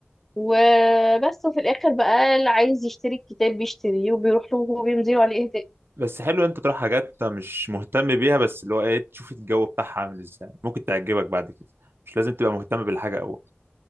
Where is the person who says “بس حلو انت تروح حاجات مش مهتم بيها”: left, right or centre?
Right